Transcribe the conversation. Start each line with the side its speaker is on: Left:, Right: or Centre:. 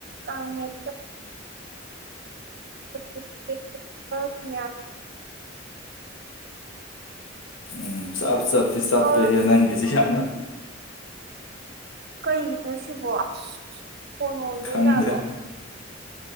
Right: ꯀꯥꯡ ꯃꯦꯠꯀ <unintelligible>
Left: ꯎꯝ ꯆꯞ ꯆꯞꯇꯤ ꯆꯞꯄꯦ
Right: ꯑꯣ
Left: ꯍꯦ ꯅꯪꯒꯤꯁꯤ ꯌꯥꯝꯅ
Right: ꯀꯩꯅꯣ ꯁꯤꯕꯣ ꯐꯣꯟ ꯑꯣꯏꯗꯣꯏꯖꯥꯠꯂꯣ
Left: ꯈꯪꯗꯦ